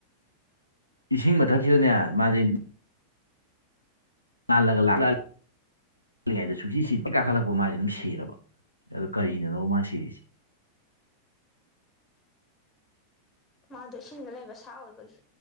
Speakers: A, on the left; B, on the left.
A: ꯏꯁꯤꯡ ꯃꯊꯛꯁꯤꯗꯅꯦ ꯃꯥꯁꯦ ꯂꯥꯜꯂ ꯂꯥꯛ ꯉꯩꯗ ꯁꯨꯡꯁꯤ ꯁꯤꯗꯕ ꯍꯦꯛ ꯀꯥꯈꯠꯂꯛꯄ ꯃꯥꯁꯦ ꯑꯗꯨꯝ ꯁꯤꯔꯕ ꯑꯗꯨ ꯀꯔꯤꯅꯅꯣ ꯃꯥ ꯁꯤꯔꯤꯁꯤꯦ
B: ꯃꯥꯗꯣ ꯏꯁꯤꯡꯗ ꯂꯩꯕ ꯁꯥ ꯑꯣꯏꯕꯒꯤ